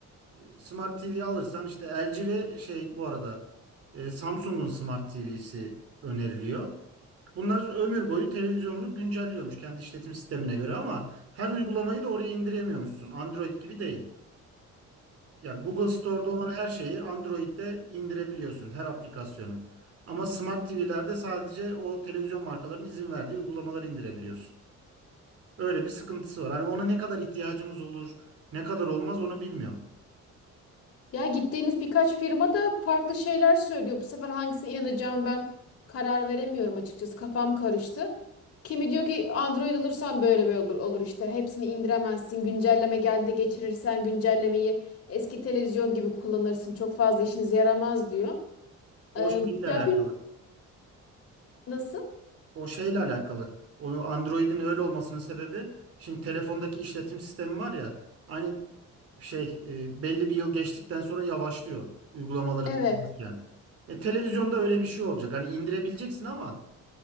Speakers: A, on the right; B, on the left.
A: E, Smart TV alırsan işte LG ve şey bu arada e, Samsung'un Smart TV'si öneriliyor. Bunlar ömür boyu televizyonunu güncelliyormuş kendi işletim sistemine göre ama her uygulamayı da oraya indiremiyormuşsun. Android gibi değil. Yani Google Store'da olan her şeyi Android'de indirebiliyorsun, her aplikasyonu. Ama Smart TV'lerde sadece o televizyon markalarının izin verdiği uygulamaları indirebiliyorsun. Öyle bir sıkıntısı var. Hani ona ne kadar ihtiyacımız olur, ne kadar olmaz onu bilmiyorum.
B: Ya gittiğimiz birkaç firma da farklı şeyler söylüyor. Bu sefer hangisine inanacağım ben karar veremiyorum açıkçası. Kafam karıştı. Kimi diyor ki Android alırsan böyle böyle olur, olur işte. Hepsini indiremezsin. Güncelleme geldiğinde geçirirsen güncellemeyi eski televizyon gibi kullanırsın. Çok fazla işinize yaramaz diyor.
A: O
B: Ee,
A: şeyle
B: ya
A: alakalı.
B: bir nasıl?
A: O şeyle alakalı. Onu Android'in öyle olmasının sebebi şimdi telefondaki işletim sistemi var ya hani şey e, belli bir yıl geçtikten sonra yavaşlıyor uygulamaları
B: Evet.
A: kullanırken. E, televizyonda öyle bir şey olacak. Hani indirebileceksin ama